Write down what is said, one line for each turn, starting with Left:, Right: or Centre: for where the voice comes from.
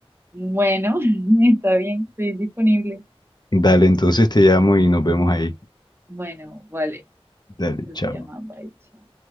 Right: Bueno, <laughs> está bien, estoy disponible.
Left: Dale, entonces te llamo y nos vemos ahí.
Right: Bueno, vale,
Left: Dale,
Right: pero
Left: chao.
Right: te llamaba, bye, chao.